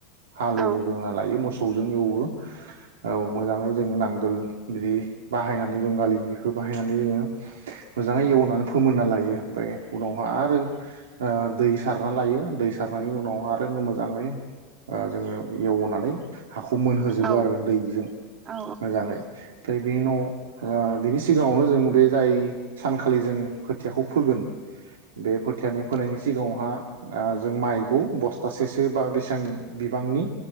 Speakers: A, on the right; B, on the right.
A: हालेवग्रोना
B: औ
A: लायो मोसौ जों एवो औ मोजाङै जों नांगोल बिदि बाहायनानै जोंगालि बेफोर बा हायनानै जोङो मोजांङै एवनानै फोमोनना लायो उनावहा आरो ओ दै सारना लायो दै सारनायनि उनावहा आरो मोजाङै जोङो एवनानै हाखौ मोनहोजोबो
B: औ
A: आरो दैजों
B: औ
A: मोजाङै ओमफ्राय बेनि उनाव बिनि सिगाङावनो जों बे जाय सानखालि जों खोथियाखौ फोगोन बे खोथियानि फोनायनि सिगाङावहा जों माइखौ बस्थासेसो बा बेसेबां बिबांनि